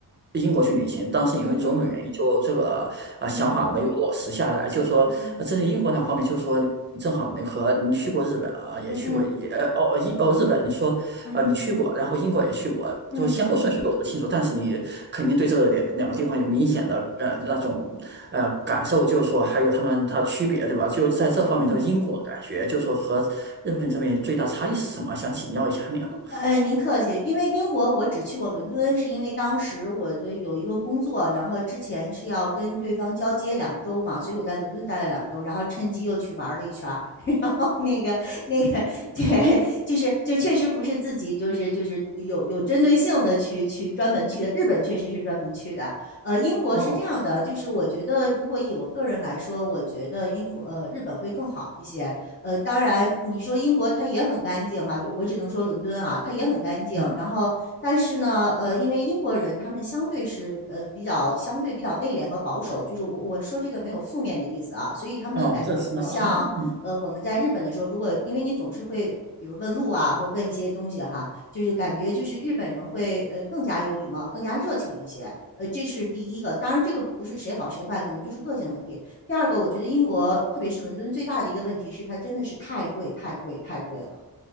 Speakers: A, on the right; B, on the left.
A: 英国去旅行，当时因为种种原因，
B: 嗯嗯
A: 就这个呃想法没有落实下来。
B: 嗯嗯
A: 就是说，
B: 嗯
A: 呃针对英国那方面，就是说。正好你和你去过日本啊，也去过也哦哦英哦日本，
B: 嗯嗯
A: 你说啊你去过，
B: 嗯嗯嗯
A: 然后英国也去过，
B: 嗯嗯
A: 就先后顺序我不清楚，但是你肯定对这个两两个地方有明显的呃那种呃感受，就是说还有他们它区别对吧？就在这方面，
B: 嗯。
A: 就英国感觉就是说和日本这边最大差异是什么？想请教一下你啊 <laughs>
B: 呃，您客气，因为英国我只去过伦敦，是因为当时我的有一个工作，然后之前是要跟对方交接两周嘛，所以我在伦敦待了两周，然后趁机又去玩了一圈儿，<laughs> 然后那个那个，对，就是就确实不是自己就是就是有有针对性的去去专门去的，日本确实是专门去的，呃，英国是这样的，
A: 嗯哦哦，
B: 就是我觉得如果以我个人来说，我觉得英国呃日本会更好一些，呃，当然你说英国它也很干净哈，就我只能说伦敦啊，它也很干净。
A: 嗯
B: 然后，但是呢，呃，因为英国人他们相对是呃比较相对比较内敛和保守，就是我我说这个没有负面的意思啊，所以他们感觉不像呃我们在日本的时候，
A: 哦这知道 <laughs>
B: 如果因为你总是会。比如问路啊，或者问一些东西哈，就是感觉就是日本人会呃更加有礼貌，更加热情一些，呃，这是第一个。当然，这个不是谁好谁坏，可能就是个性问题。第二个，我觉得英国，特别是伦敦，最大的一个问题是它真的是太贵，太贵，太贵了。